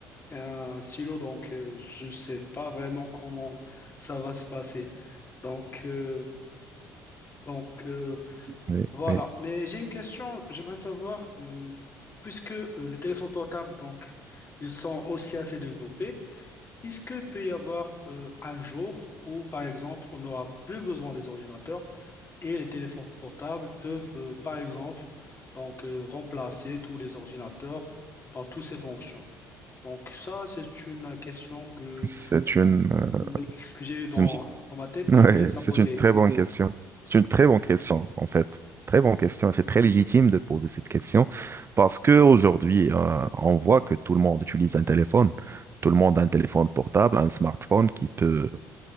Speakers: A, on the left (about 30°); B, on the right (about 30°).
A: et un stylo, donc euh, je ne sais pas vraiment comment ça va se passer. Donc, euh, donc euh,
B: Oui, oui.
A: voilà.
B: Oui.
A: Mais j'ai une question, j'aimerais savoir, euh, puisque euh, les téléphones portables, donc, ils sont aussi assez développés, est-ce que peut y avoir euh, un jour où, par exemple, on n'aura plus besoin des ordinateurs? Et les téléphones portables peuvent, euh, par exemple, donc, euh, remplacer tous les ordinateurs dans toutes ces fonctions. Donc ça, c'est une question que,
B: C'est une, euh,
A: oui, que j'ai eu dans,
B: une
A: dans ma tête
B: Ouais,
A: et je voulais te la
B: c'est
A: poser.
B: une très bonne question. C'est une très bonne question, en fait. Très bonne question. C'est très légitime de poser cette question parce que aujourd'hui, euh, on voit que tout le monde utilise un téléphone. Tout le monde a un téléphone portable, un smartphone qui peut,